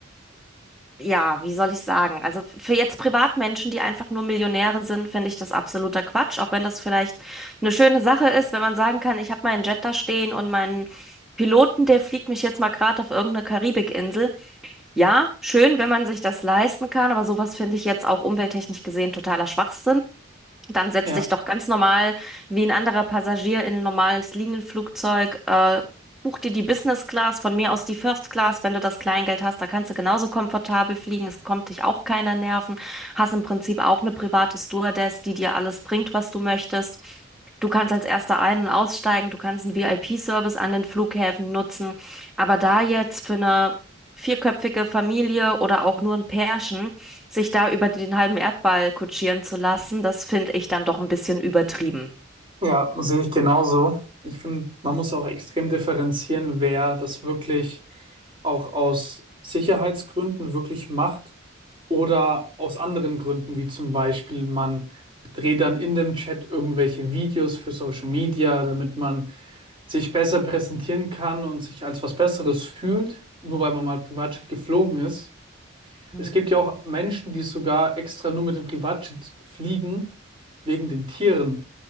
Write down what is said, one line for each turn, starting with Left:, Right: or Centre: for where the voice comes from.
Centre: ja, wie soll ich sagen? Also f- für jetzt Privatmenschen, die einfach nur Millionäre sind, finde ich das absoluter Quatsch, auch wenn das vielleicht eine schöne Sache ist, wenn man sagen kann, ich habe meinen Jet da stehen und meinen Piloten, der fliegt mich jetzt mal gerade auf irgendeine Karibikinsel. Ja, schön, wenn man sich das leisten kann, aber sowas finde ich jetzt auch umwelttechnisch gesehen totaler Schwachsinn. Dann setz
Right: Ja,
Centre: dich doch ganz normal wie ein anderer Passagier in ein normales Linienflugzeug. Äh, buch dir die Business Class, von mir aus die First Class, wenn du das Kleingeld hast. Da kannst du genauso komfortabel fliegen. Es kommt dich auch keiner nerven. Hast im Prinzip auch eine private Stewardess, die dir alles bringt, was du möchtest. Du kannst als Erster ein- und aussteigen. Du kannst einen VIP-Service an den Flughäfen nutzen. Aber da jetzt für eine vierköpfige Familie oder auch nur ein Pärchen, sich da über den halben Erdball kutschieren zu lassen, das finde ich dann doch ein bisschen übertrieben.
Right: ja, sehe ich genauso. Ich finde, man muss auch extrem differenzieren, wer das wirklich auch aus Sicherheitsgründen wirklich macht Oder aus anderen Gründen, wie zum Beispiel, man dreht dann in dem Chat irgendwelche Videos für Social Media, damit man sich besser präsentieren kann und sich als was Besseres fühlt, nur weil man mal Privatjet geflogen ist.
Centre: Mhm.
Right: Es gibt ja auch Menschen, die sogar extra nur mit dem Privatjet fliegen, wegen den Tieren,